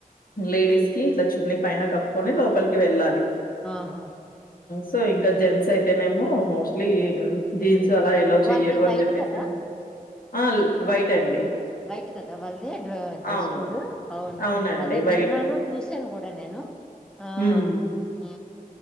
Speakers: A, on the left; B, in the centre.
A: లేడీస్ కి ఇట్లా చున్ని పైన కప్పుకొని లోపలికి వెళ్ళాలి
B: ఆహా
A: సో ఇంకా జెంట్స్ అయితేనేమో మోస్ట్ లీ జీన్స్ అలా ఎలో చెయ్యరు
B: వాళ్ళది
A: అని
B: వైట్
A: చెప్పేసి
B: కదా
A: ఆ వైట్ అండి
B: వైట్ కదా వాళ్ళది డ్ర డ్రెస్
A: అవును.
B: కోడ్ అవును
A: అవునండి.
B: అదే
A: వైట్.
B: విన్నాను చూసాను కూడా నేను ఆ
A: హ్మ్.
B: ఊ